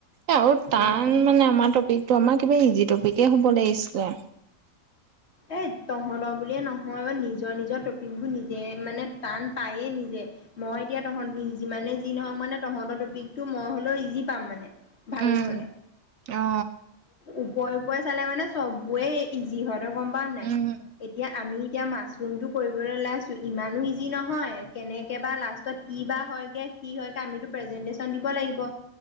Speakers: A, on the right; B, on the left.
A: আৰু টান
B: উম উম
A: মানে আমাৰ টপিকটো আমাৰ কিবা ইজি টপিকে হ'ব লাগিছিলে
B: এ তহঁতৰ বুলিয়ে নহয় অ নিজৰ নিজৰ টপিক বোৰ নিজে মানে টান পায়ে নিজে মই এতিয়া তহত যিমানে যি নহওক মানে তহঁতৰ টপিকটো মই হলেও ইজি পাম মানে ভাবিবলে
A: উম অ
B: ওপৰে ওপৰে চালে মানে চবৰে ইজি হয় তই গম পাও নাই
A: উম
B: এতিয়া আমি এতিয়া মাছৰুমটো কৰিবলৈ ওলাইছো ইমানো ইজি নহয় কেনেকে বা লাষ্টত কি বা হয়গে কি হয় গে আমিতো প্ৰেজেন্টচন দিব লাগিব